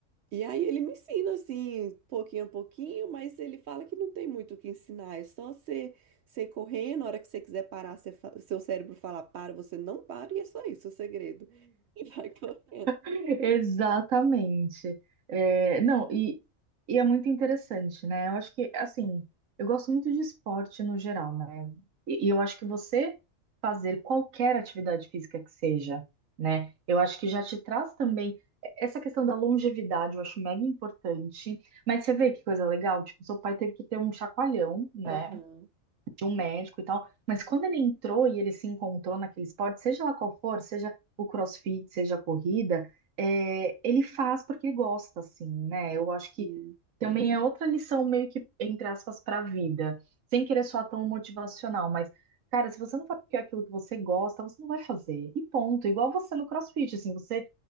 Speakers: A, on the right (about 65°); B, on the right (about 80°).
A: E aí ele me ensina assim, pouquinho a pouquinho, mas ele fala que não tem muito o que ensinar, é só você, você ir correndo, na hora que você quiser parar, você fa- seu cérebro fala para, você não para, e é só isso o segredo. <laughs> E vai correndo.
B: <laughs> Exatamente. É, não, e, e é muito interessante, né? Eu acho que, assim, eu gosto muito de esporte no geral, né? E, e eu acho que você fazer qualquer atividade física que seja, né? Eu acho que já te traz também é- essa questão da longevidade, eu acho mega importante. Mas você vê que coisa legal, tipo, seu pai teve que ter um chacoalhão, né?
A: Aham.
B: tinha um médico e tal, mas quando ele entrou e ele se encontrou naquele esporte, seja lá qual for, seja o CrossFit, seja a corrida, é, ele faz porque ele gosta, assim, né? Eu acho que
A: sim.
B: também é outra lição meio que, entre aspas, para a vida, sem querer soar tão motivacional, mas, cara, se você não faz aquilo que você gosta, você não vai fazer, e ponto. Igual você no CrossFit, assim, você